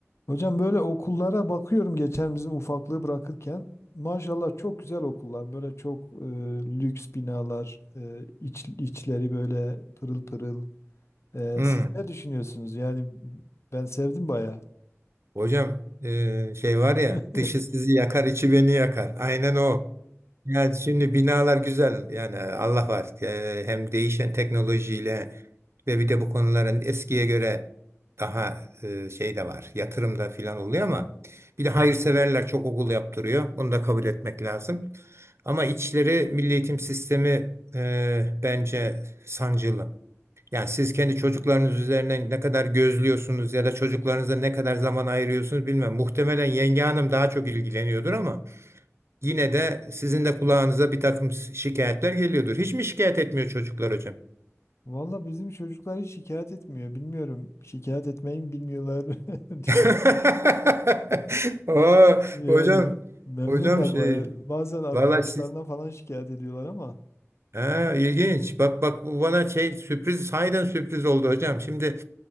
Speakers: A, on the left (about 60°); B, on the right (about 60°).
A: Hocam böyle okullara bakıyorum geçen bizim ufaklığı bırakırken. Maşallah çok güzel okullar. Böyle çok e, lüks binalar, e, iç, içleri böyle pırıl pırıl. E,
B: Hmm.
A: siz ne düşünüyorsunuz? Yani ben sevdim baya.
B: Hocam e, şey var ya
A: <laughs>
B: dışı sizi yakar içi beni yakar. Aynen o. Yani şimdi binalar güzel yani Allah var E, hem değişen teknolojiyle ve bir de bu konuların eskiye göre daha e, şey de var Yatırım da filan oluyor ama bir de hayırseverler çok okul yaptırıyor bunu da kabul etmek lazım. Ama içleri milli eğitim sistemi e, bence sancılı. Yani siz kendi çocuklarınız üzerinden ne kadar gözlüyorsunuz ya da çocuklarınıza ne kadar zaman ayırıyorsunuz bilmem. Muhtemelen yenge hanım daha çok ilgileniyordur ama yine de sizin de kulağınıza bir takım şikayetler geliyordur. Hiç mi şikayet etmiyor çocuklar hocam?
A: Valla bizim çocuklar hiç şikayet etmiyor. Bilmiyorum şikayet etmeyi mi bilmiyorlar. <laughs>
B: <laughs>
A: Düşün.
B: Oo,
A: Yani
B: hocam
A: memnunlar
B: hocam şey
A: baya. Bazen arkadaşlarına
B: vallahi siz
A: falan şikayet ediyorlar ama.
B: ha, ilginç. Bak bak bu bana şey sürpriz sahiden sürpriz oldu hocam. Şimdi